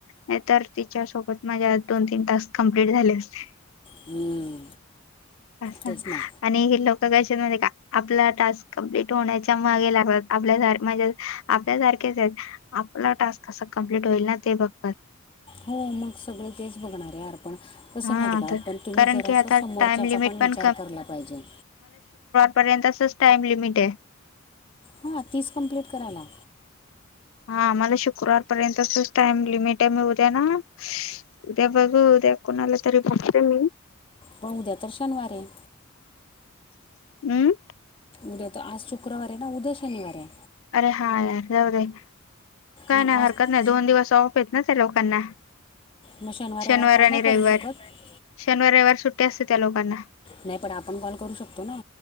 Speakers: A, on the left (about 65°); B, on the left (about 25°).
A: नाहीं तर तिच्या सोबत माझ्या आ दोन तीन टास्क कंप्लीट झाले असतें.
B: हम्म,
A: अस
B: तेच ना
A: आणि हे ल. सगळ्यांचे झाले का आप टास् कंप्लीट होण्याच्या मागें लातात आपल्या म्हणजे आपल्या. आपला टास्क कसा कंप्लीट होईल ना ते बघता
B: हो मग सगळे तेच बघणार आहे आर. <unintelligible> तूम्हाला
A: हा
B: माहित आहे
A: तर
B: का पणं तुम्हीं
A: कारण
B: जरा
A: की आता
B: समोरच्याचा
A: टाइम लिमिट
B: पणं
A: पण
B: विचार केला पाहिजे.
A: पर्यंत असंच टाइम लिमिट आहे..
B: हा टास्क कम्प्लीट करायला.
A: हा मला शुक्रवार पर्यंतच टाईम लिमिट आहे मी उद्या ना, उद्या बघू उद्या आता कोणाला तरी बघते मी.
B: बघ उद्या तर शनिवार आहे.
A: हम्म?
B: उद्या तर आज शुक्रवार आहे ना उद्या शनिवार आहे.
A: अरे हा यार जाऊं दे, काय
B: मग
A: नाहीं
B: आज
A: हरकत नाहीं दोन दिवस ऑफ आहेत ना लोकांनां,
B: मग रविवार
A: शनिवार
B: कॉल नाही
A: आणि
B: करू
A: रविवार,
B: शकत
A: शनिवारी रविवार सुट्टी ट्टी असते त्या लोकांना.
B: नाही पण आपण कॉल करू शकतो ना.